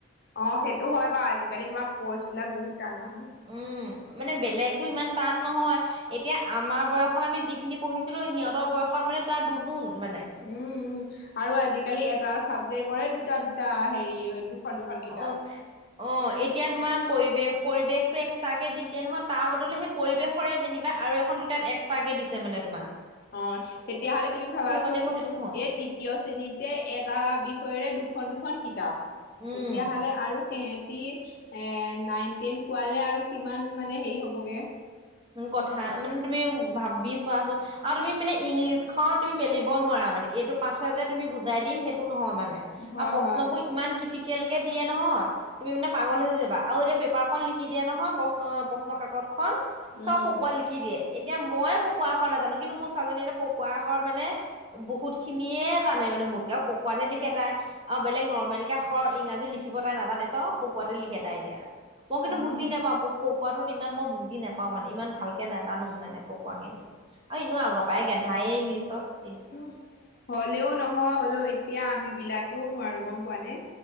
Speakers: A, on the left; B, on the right.
A: অ', সেইটো হয় বাৰু আজিকালি তোমাৰ কৰ্চ বিলাক বহুত। তান নহয়
B: উম মানে বেলেগতো ইমান টান নহয় এতিয়া আমাৰ বয়সত আমি যিখিনি পঢ়িছিলো সিহঁতৰ বয়সত মানে তাৰ দুগুণ মানে
A: উম উম আৰু আজিকালি এটা। চাবজেকৰে কৰে দুটা দুটা হেৰি। দুখন দুখন কিতাপ।
B: অ', অ', এতিয়া তোমাৰ পৰিৱেশ পৰিৱেশটো এক্সট্ৰাকে দিছে নহ, তাৰ বদলি সেই পৰিৱেশৰে যেনিবা আৰু এখন কিতাপ এক্সট্ৰাকে দিছে মানে তোমাক।
A: অ', তেতিয়াহলে তুমি ভাবাচোন
B: লাগিব সেইটো নহয়
A: এই তৃতীয় শ্ৰেণীতে এটা বিষয়ৰে দুটা। দুখন দুখন কিতাপ।
B: উম
A: তেতিয়াহলে আৰু সি সেহেতি, এ নাইন-টেন পোৱালে আৰু কিমান মানে হেৰি হ'বগে।
B: উ, কথা মানে তুমি ভাবি চোৱাচোন আৰু তুমি মানে ইংলিছখন তুমি মেলিব নোৱাৰা মানে, এইটো পাঠে যে তুমি বুজাই দিম সেইটো নহয় মানে। নে
A: হয়,
B: আৰু প্ৰশ্নবোৰ
A: হয়।
B: ইমান ক্ৰিটিকেল দিয়ে নহয় তুমি মানে পাগল হৈ যাবা আৰু এতিয়া পেপাৰখন লিখি দিয়া নহয় প্ৰশ্ন প্ৰশ্ন কাকত খন চব
A: উম।
B: পকোৱাট লিখি দিয়ে। এতিয়া মই পকোৱাখৰ নাজানো কিন্তু মোৰ ছোৱালীজনী এয়া পকোৱাখৰ মানে বহুত খিনিয়ে জানে মানে মোতকে আৰু পকোৱানে লিখে তাই অ', বেলেগ নৰ্মেল কে। আখৰ ইংৰাজী লিখিব তাই নাজানে। চব পকুৱাতে লিখে তাই এতিয়া। মই কিন্তু
A: হয়,
B: বুজি
A: হয়।
B: নেপাওঁ পুক পুক। কোৱাটোত ইমান মই বুজি নেপ পাও মানে ইমান ভালকে নাজানো মানে পকোৱা খিনি, আৰু ইনেও আগৰ পৰাই গেধাই ইংলিছ। ছত
A: হ, হ'লেও নহ-হলেও এতিয়া আমি বিলাকেও নোৱাৰো গম পোৱা নে।